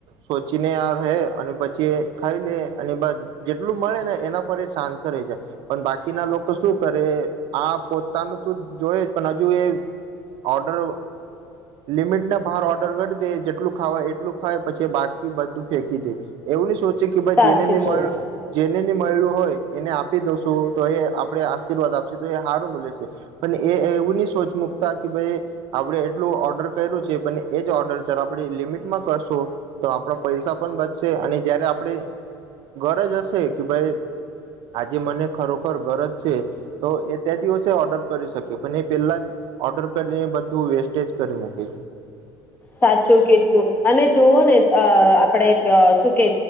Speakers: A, on the right; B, on the left.
A: સોચીને આ રહે અને પછી કે ખાઈ લે અને બસ જેટલું મળે ને એના પર એ શાંત રહી જાય પણ બાકીના લોકો શું કરે આ પોતાનું તો જોય જ પણ હજુ એ ઓર્ડર લિમિટના બહાર ઓર્ડર કરીઢ દે જેટલું ખાવા એટલું ખાય પછી બાકી બધું ફેંકી દે. એવુંની સો <unintelligible>
B: સાચું કહ્યું
A: જને મળેલું હોય એને આપી દોસું તો એ આપણે આશીર્વાદ આપશે તો એ સારું મળલે છે પણ એ એવું નહી સોચ મૂકતા કે ભાઈ આપડણે એટલું ઓર્ડર કર્યું છે પણ એ જ ઓર્ડર જ આપણે લિમિટમાં કરશું તો આપણા પૈસા પણ બચશે. તે અને જયારે આપણે ગરજ હશે કે ભાઈ આજે મને ખરોખર ગરજ છે તો એ તે દિવસે ઓર્ડર કરી શકીએ પણ એ પહેલા જ ઓર્ડર કરીને બધું વેસ્ટેજ કરી મૂકે.
B: સાચું કીધું અને જોવો ને અ આપડે શું કે